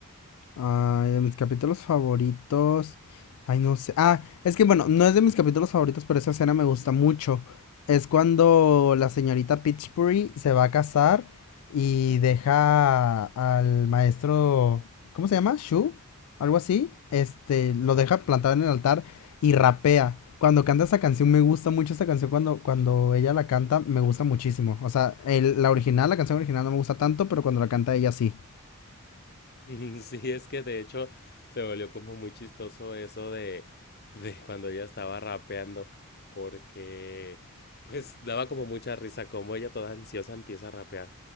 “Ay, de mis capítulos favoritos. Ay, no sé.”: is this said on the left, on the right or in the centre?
Left